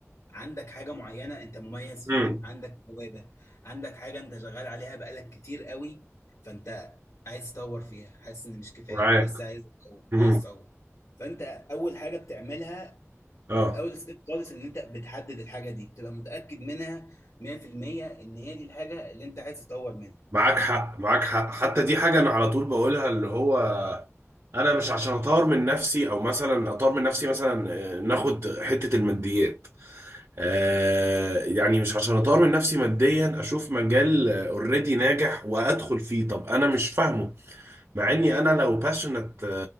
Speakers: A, on the left; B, on the right.
A: عندك حاجة معينة أنت مميز
B: مم.
A: فيها عندك موهبة عندك حاجة أنت شغال عليها بقالك كتير قوي فأنت عايز تطور فيها حاسس إن مش كفاية
B: معاك
A: لسه عايز تطور
B: مم.
A: عايز تطور فأنت أول حاجة بتعملها
B: اه
A: في أول ستيب خالص إن أنت بتحدد الحاجة دي بتبقى متأكد منها 100% إن هي دي الحاجة اللي أنت عايز تطور منها
B: معاك حق معاك حق حتى دي حاجة انا على طول بقولها اللي هو انا مش عشان اطور من نفسي او مثلا اطور من نفسي مثلا آه، ناخد حتة الماديات آه يعني مش عشان اطور من نفسي ماديا اشوف مجال اوريدي ناجح وادخل فيه طب انا مش فاهمه مع اني انا لو باشنت